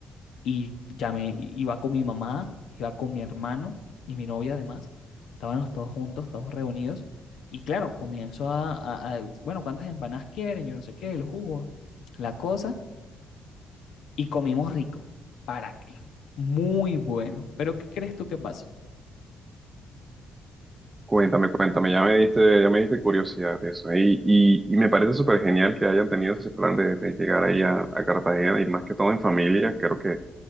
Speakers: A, on the left; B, on the right.
A: y llamé, iba con mi mamá, iba con mi hermano y mi novia además. Estábamos todos juntos, todos reunidos. Y claro, comienzo a, a- a, bueno, ¿cuántas empanadas quieren? Yo no sé qué, los jugos la cosa. Y comimos rico. ¿Para qué? Muy bueno. Pero ¿qué crees tú que pasó?
B: Cuéntame, cuéntame, ya me diste, ya me diste curiosidad de eso. Y, y, y me parece súper genial que hayan tenido ese plan de, de llegar ahí a, a Cartagena y más que todo en familia. Creo que